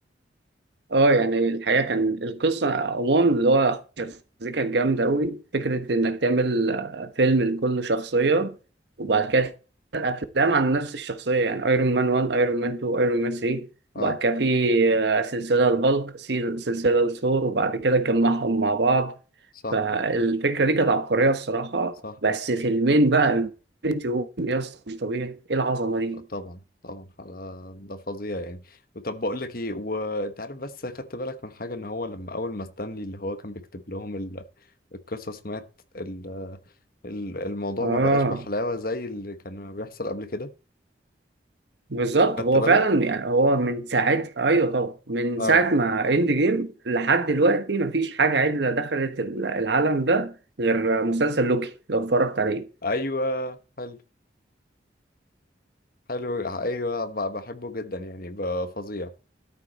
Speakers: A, on the right; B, on the left.
A: اه يعني الحقيقه كان القصه عموما اللي هو شخصيتها كانت جامده قوي فكره انك تعمل آه، فيلم لكل شخصيه وبعد كده افلام عن نفس الشخصيه يعني ايرون مان 1 ايرون مان 2 ايرون مان 3
B: اه
A: وبعد كده في آه، سلسله الهالك سي- سلسله الثور وبعد كده جمعهم مع بعض
B: صح
A: فالفكره دي كانت عبقريه الصراحه
B: صح
A: بس فيلمين بقى انفينيتي وور يا اسطى مش طبيعي ايه العظمه دي
B: طبعا طبعا على ده فظيع يعني طب بقول لك ايه وانت عارف بس خدت بالك من حاجة ان هو لما اول ما ستانلي اللي هو كان بيكتب لهم ال... القصص مات ال... ال- الموضوع
A: اه
B: ما بقاش بحلاوة زي اللي كان بيحصل قبل كده
A: بالظبط
B: خدت
A: هو
B: بالك
A: فعلا يعني هو من ساعه ايوه طبعا من
B: اه
A: ساعه ما اند جيم لحد دلوقتي مفيش حاجه عدله دخلت ال- العالم ده غير مسلسل لوكي لو اتفرجت عليه
B: ايوه حلو حلو ايوه ب- بحبه جدا يعني ب- فظيع